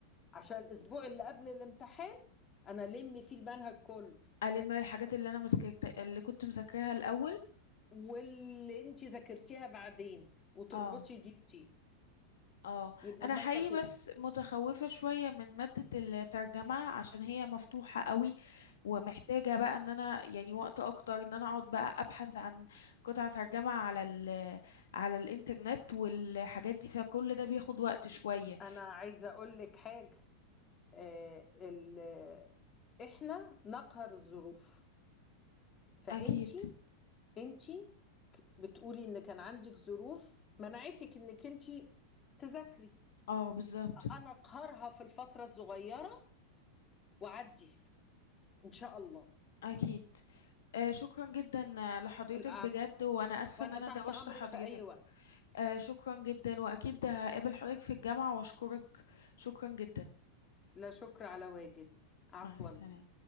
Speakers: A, on the left (about 25°); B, on the left (about 60°).
A: عشان الاسبوع اللي قبل الامتحان انا لم فيه المنهج كله
B: الم الحاجات اللي انا مذاكرت اللي كنت مذاكراها الاول
A: واللي انت ذاكرتيها بعدين وتربطي
B: اه
A: دي بدي
B: اه
A: يبقى
B: انا
A: المادة
B: حقيقي
A: خلصت
B: بس متخوفة شوية من مادة الترجمة عشان هي مفتوحة قوي ومحتاجة بقى ان انا يعني وقت اكتر ان انا اقعد بقى ابحث عن قطع ترجمة على ال على الانترنت والحاجات دي فكل ده بياخد وقت شوية
A: انا عايزة اقول لك حاجة آه ال... آه، احنا نقهر الظروف فانت
B: اكيد
A: انت بتقولي ان كان عندك ظروف منعتك انك انت تذاكري
B: اه بالظبط
A: انا اقهرها في الفترة الصغيرة وعدي ان شاء الله
B: اكيد آه شكرا جدا آه، لحضرتك
A: العفو
B: بجد وانا اسفة
A: وانا
B: ان انا
A: تحت
B: دوشت
A: امرك
B: حضرتك
A: في اي وقت
B: آه شكرا جدا واكيد هقابل حضرتك في الجامعة واشكرك شكرا جدا
A: لا شكر على واجب عفوا
B: مع السلامة